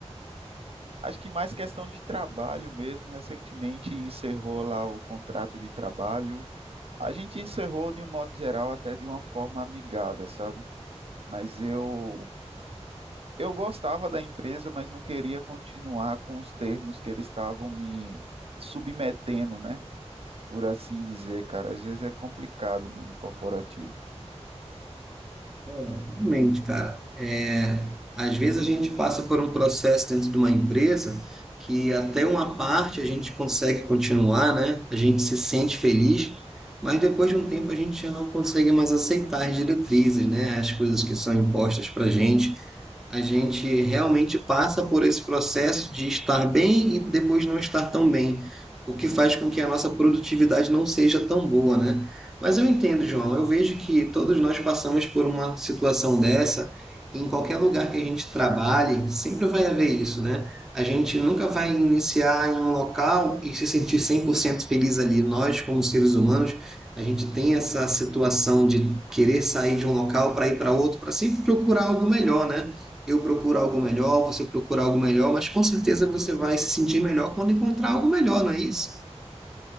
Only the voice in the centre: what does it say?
Realmente, cara, é, às vezes a gente passa por um processo dentro de uma empresa que até uma parte a gente consegue continuar, né? A gente se sente feliz, mas depois de um tempo a gente já não consegue mais aceitar as diretrizes, né? As coisas que são impostas pra gente. a gente realmente passa por esse processo de estar bem e depois não estar tão bem, o que faz com que a nossa produtividade não seja tão boa, né? Mas eu entendo, João, eu vejo que todos nós passamos por uma situação dessa, e em qualquer lugar que a gente trabalhe, sempre vai haver isso, né? A gente nunca vai iniciar em um local e se sentir 100% feliz ali. Nós, como seres humanos, a gente tem essa situação de querer sair de um local para ir para outro, para sempre procurar algo melhor, né? eu procuro algo melhor, você procura algo melhor, mas com certeza você vai se sentir melhor quando encontrar algo melhor, não é isso?